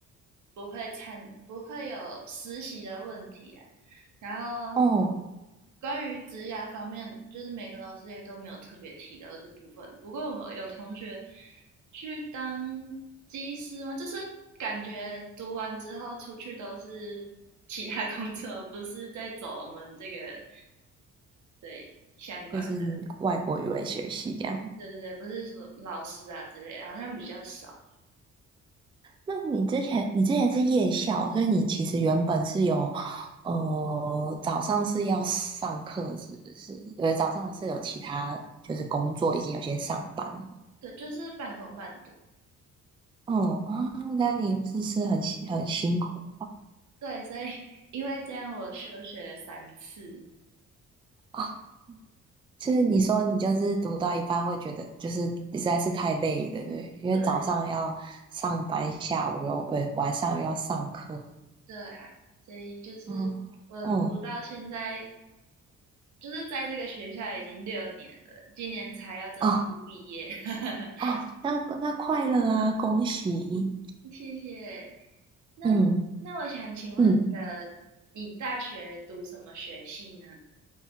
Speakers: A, on the right; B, on the right.
A: 不会参不会有实习的问题啊。然后
B: 哦，
A: 关于职涯方面，就是每个老师也都没有特别提到这部分。不过我们有同学去当技师嘛，就是感觉读完之后出去都是其他工作，不是在走我们这个。对，相关的，
B: 就是外国语文学系这样。
A: 对对对，不是说老师啊之类的，好像比较少。
B: 那你之前你之前是夜校，所以你其实原本是有，呃，早上是要上课，是不是？对，早上是有其他就是工作，已经有些上班。
A: 对，就是半工半读。
B: 嗯啊，那你是不是很辛很辛苦
A: 对，所以因为这样我休学了三次。
B: 啊？就是你说你就是读到一半会觉得就是实在是太累了，对，因为早上要上班，
A: 对
B: 下午又呃晚上又要上课。
A: 对啊，所以就是我读到现在，
B: 嗯嗯
A: 就是在这个学校已经六年了，今年才要正式毕业。
B: 啊
A: <laughs>
B: 啊，那那快乐啊，恭喜！
A: 谢谢。那
B: 嗯。
A: 那我想请问呃，
B: 嗯，
A: 你大学读什么学系呢？